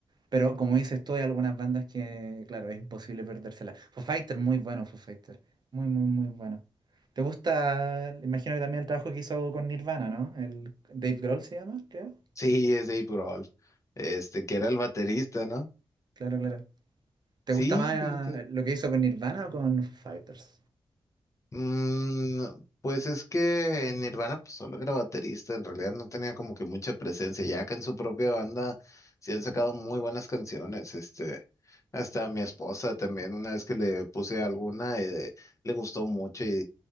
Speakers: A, on the right; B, on the left.
A: Pero como dices tú, hay algunas bandas que, claro, es imposible perdérselas. Foo Fighter, muy bueno, Foo Fighter. Muy, muy, muy bueno. ¿Te gusta? Imagino que también el trabajo que hizo con Nirvana, ¿no? El Dave Grohl se llama, creo.
B: Sí, es Dave Grohl, este, que era el baterista, ¿no?
A: Claro, claro. ¿Te
B: Sí,
A: gusta más
B: fíjate.
A: eh, lo que hizo con Nirvana o con Foo Fighters?
B: Mm, pues es que en Nirvana pues solo era baterista, en realidad no tenía como que mucha presencia, ya que en su propia banda sí han sacado muy buenas canciones, este, hasta mi esposa también, una vez que le puse alguna, eh, le gustó mucho y,